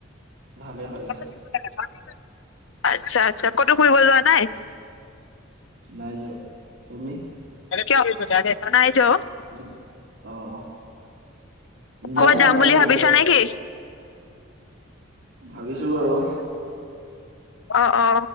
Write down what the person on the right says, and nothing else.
ভালে ভালে
নাই যোৱা তুমি?
যা অহ অ যাম
মানে
কেইদিনমান
পিছত
ভাবিছো বাৰু।